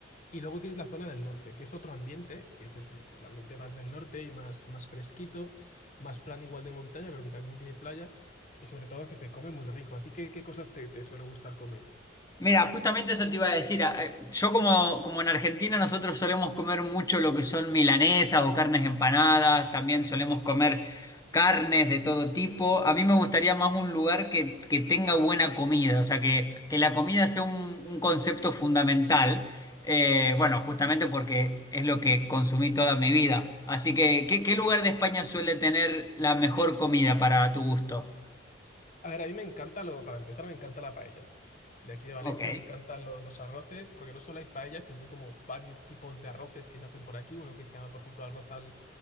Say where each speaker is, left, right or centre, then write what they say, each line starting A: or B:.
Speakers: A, on the left; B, on the left.
A: Y luego tienes la zona del norte, que es otro ambiente, que es, ese, el ambiente más del norte y más, más fresquito, más plan igual de montaña, pero que también tiene playa y sobre todo que se come muy rico. ¿A ti qué, qué cosas te, te suele gustar comer?
B: Mira, justamente eso te iba a decir. A- a- Yo como, como en Argentina nosotros solemos comer mucho lo que son milanesas o carnes empanadas, también solemos comer carnes de todo tipo. A mí me gustaría más un lugar que, que tenga buena comida, o sea, que, que la comida sea un, un concepto fundamental. Eh, bueno, justamente porque es lo que consumí toda mi vida. Así que, ¿qué, qué lugar de España suele tener la mejor comida para tu gusto?
A: A ver, a mí me encanta lo, para empezar, me encanta la paella. De aquí de Valencia
B: Ok.
A: me encantan lo- los arroces, porque no solo hay paella, sino que hay como varios tipos de arroces que se hacen por aquí. Uno que se llama, por ejemplo, arroz al,